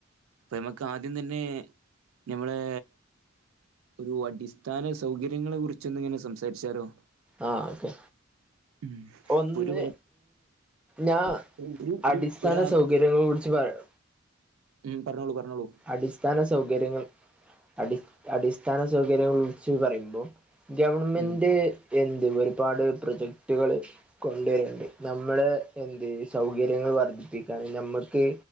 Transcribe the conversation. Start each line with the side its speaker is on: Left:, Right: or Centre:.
Right: അപ്പോം നമുക്ക് ആദ്യം തന്നെ ഞമ്മളേ ഒരു അടിസ്ഥാന സൗകര്യങ്ങളെ കുറിച്ചൊന്ന് ഇങ്ങനെ സംസാരിച്ചാലോ?
Centre: ആ ഓക്കെ
Right: ഉം
Centre: ഒന്ന്
Right: ഒരു
Centre: ഞാ
Right: ഒരു ഒരു
Centre: അടിസ്ഥാന
Right: ഒരാക്ക്
Centre: സൗകര്യങ്ങളെ കുറിച്ച് പറയാ
Right: ഉം പർഞ്ഞോളൂ പർഞ്ഞോളൂ.
Centre: അടിസ്ഥാന സൗകര്യങ്ങൾ അടി അടിസ്ഥാന സൗകര്യങ്ങളെ കുറിച്ച് പറിമ്പോ ഗവണ്മെന്റ്
Right: ഉം
Centre: എന്ത് ഒരുപാട് പ്രൊജക്ടുകള് കൊണ്ടു വര്ണ്ട്. നമ്മള് എന്ത് സൗകര്യങ്ങൾ വർദ്ധിപ്പിക്കാൻ നമ്മക്ക്